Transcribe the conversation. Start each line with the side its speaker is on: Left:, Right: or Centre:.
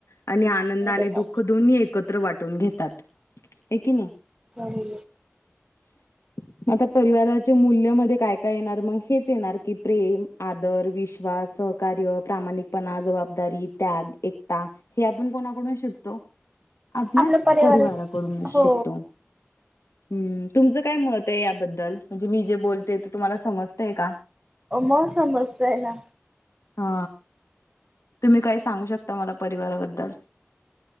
Left: आणि आनंद
Right: बरोबर.
Left: आणि दुःख दोन्ही एकत्र वाटून घेतात की नाही.
Right: हो
Left: <unintelligible> आता परिवाराच्या मूल्यामध्ये काय काय येणार मग हेच येणार की प्रेम आदर विश्वास- सहकार्य प्रामाणिकपणा जबाबदारी त्याग एकता हे आपण कोणाकडून शिकतो आपल्या
Right: आपलं परिवारच
Left: परिवाराकडूनच
Right: हो
Left: शिकतो. हम्म तुमचं काय मत आहे याबद्दल म्हणजे मी जे बोलते ते तुम्हाला समजतय का?
Right: मौसम मस्त आहे ना?
Left: हा तुम्ही काय सांगू शकता मला परिवाराबद्दल.